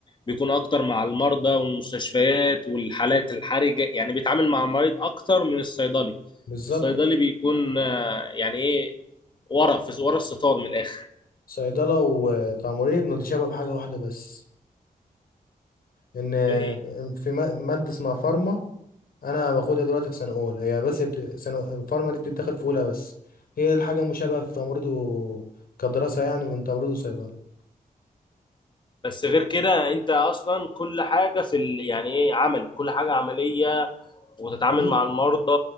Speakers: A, on the left; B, on the left.
A: بيكون اكتر مع المرضى والمستشفيات والحالات الحرجه يعني بيتعامل مع المريض اكتر من الصيدلي
B: بالظبط
A: الصيدلي بيكون آه، يعني ايه ورا في ورا الستار من الاخر
B: صيدله وتمريض متشابه بحاجه واحده بس ان
A: إيه.
B: في ما- ماده اسمها فارما انا باخدها دلوقتي في سنه اولى هي بس بت... سنه الفارما دي بتتدخل في اولى بس هي دي الحاجه المشابهه في تمريض و... كدراسه يعني من تمريض وصيدله
A: بس غير كده انت اصلا كل حاجه في ال... يعني ايه عمل كل حاجه عمليه وتتعامل
B: علاج-
A: مع المرضى